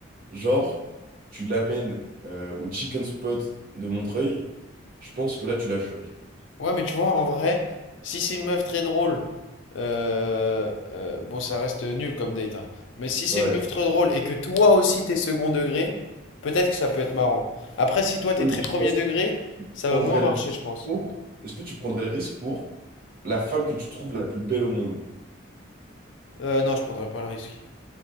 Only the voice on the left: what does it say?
Ouais, mais tu vois, en vrai, si c'est une meuf très drôle, euh, euh, bon, ça reste nul comme date, hein. Mais si c'est
une meuf trop drôle et que toi aussi t'es second degré, peut-être que ça peut être marrant. Après, si toi t'es
très
premier
degré,
ça
va moins marcher,
je pense.
Euh, non, je prendrais pas le risque.